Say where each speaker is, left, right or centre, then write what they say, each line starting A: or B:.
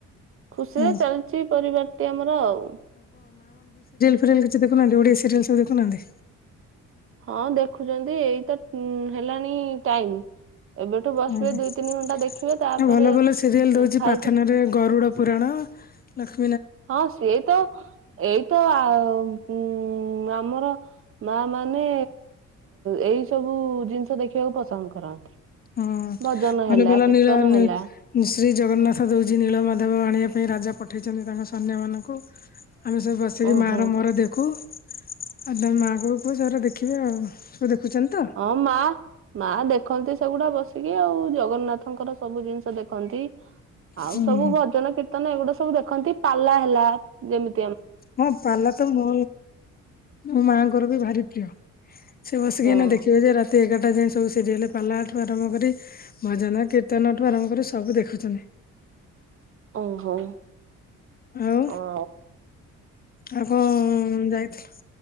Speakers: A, on the right; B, on the left.
A: ଖୁସିରେ
B: ହୁଁ
A: ଚାଲିଛି ପରିବାରଟି ଆମର ଆଉ।
B: ଛି ଦେଖୁନାହାନ୍ତି ଓଡିଆ ସିରିଆଲ ସବୁ ଦେଖୁନାହାନ୍ତି?
A: ହଁ ଦେଖୁଛନ୍ତି ଏଇ ତ ହେଲାଣି ଟାଇମ। ଏବେଠୁ ବସିବେ
B: ହୁଁ ନା
A: ଦୁଇ ତିନି ଘଣ୍ଟା ଦେଖିବେ ତାପରେ
B: ଭଲ ଭଲ ସିରିଏଲ ଦଉଛି
A: ଏ, ଖାଇବେ
B: ପାର୍ଥନା ରେ ଗରୁଡ ପୁରାଣ ଲ
A: ହଁ ସିଏ ତ ଏଇତ ଆ ଉଁ ଆମର ମା ମାନେ ଏଇ ସବୁ ଜିନିଷ ଦେଖିବାକୁ ପସନ୍ଦ କରନ୍ତି।
B: ହୁଁ
A: ଭଜନ
B: ମନେ
A: ହେଲା
B: ଗଲା
A: କୀର୍ତ୍ତନ
B: ନୀଳ
A: ହେଲା
B: ଶ୍ରୀ ଜଗନ୍ନାଥ ଦଉଛି ନୀଳ ମାଧବ ଆଣିବା ସେଇ ରାଜା ପଠେଇଛନ୍ତି ତାଙ୍କ ସୈନ୍ୟ ମାନଙ୍କୁ ଆମେ ସବୁ ବସିକି
A: ଓହୋ
B: ମା ର ମୋର ଦେଖୁ। ଆଉ ତମ ମାକୁ ବି କୁହ ସ ଦେଖ ଦେଖିବେ ଆଉ ସବୁ ଦେଖୁଛନ୍ତି ତ
A: ହଁ ମା ମା ଦେଖନ୍ତି ସେଗୁଡା ବସିକି ଆଉ ଜଗନ୍ନାଥଙ୍କର ସବୁ ଜିନିଷ ଦେଖନ୍ତି। ଆଉ
B: ହୁଁ
A: ସବୁ ଭଜନ କୀର୍ତ୍ତନ ଏଗୁଡା ସ ସବୁ ଦେଖନ୍ତି ପାଲା ହେଲା, ଯେମତି
B: ହଁ ପାଲା ତ ମୋ, ମୋ ମାଙ୍କର ବି ଭାରି ପ୍ରିୟ। ସେ ବସିକି
A: ହଁ
B: ନା ଦେଖିବେ ଯେ ରାତି ଏଗାରଟା ଯାଏ। ସବୁ ସିରିଏଲ ପାଲାଠୁ ଆରମ୍ଭ କରି ଭଜନ, କୀର୍ତ୍ତନଠୁ ଆରମ୍ଭ କରି ସବୁ ଦେଖୁଛନ୍ତି।
A: ଓହୋ
B: ଆଉ
A: ଓ।
B: ଆଉ କଣ ଯାଇଥିଲୁ?